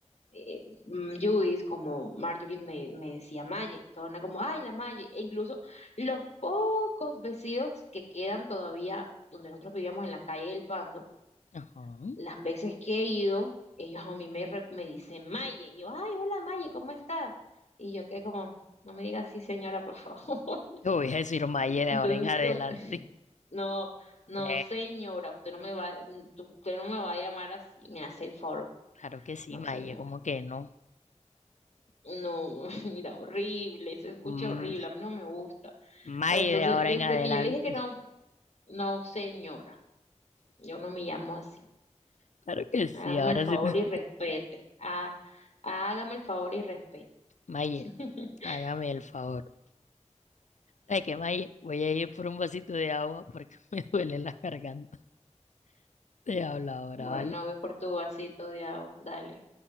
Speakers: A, on the left; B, on the left.
A: eh, mm, Judith, como Marjorie me, me decía Maye, toda una como, ay, la Maye, e incluso los pocos vestidos que quedan todavía donde nosotros vivíamos en la calle del Pando,
B: Ajá.
A: las veces que he ido, ellos a mí me, re- me dicen Maye, y yo, ay, hola Maye, ¿cómo estás? Y yo que como, no me diga así señora, por favor, <laughs>
B: Te voy a decir Maggie de
A: entonces
B: ahora en adelante.
A: como, no, no
B: Sí,
A: señora, usted no me va, usted no me va a llamar así, me hace el favor,
B: claro que sí,
A: no
B: Maye,
A: señora.
B: como que no.
A: No, <laughs> mira, horrible, se escucha
B: Mm,
A: horrible, a mí no me gusta.
B: Maye
A: Entonces,
B: de ahora
A: desde
B: en adelante.
A: que yo le dije que no, no, señora, yo no me llamo así.
B: Claro que sí,
A: Hágame
B: ahora
A: el favor
B: sí. <laughs> te-
A: y respete. Ah, hágame el favor y respete.
B: Maye,
A: <laughs>
B: hágame el favor. ¿Sabes qué, Maye? Voy a ir por un vasito de agua porque <laughs> me duele la garganta. Te hablo ahora,
A: Bueno,
B: ¿vale?
A: ve por tu vasito de agua, dale.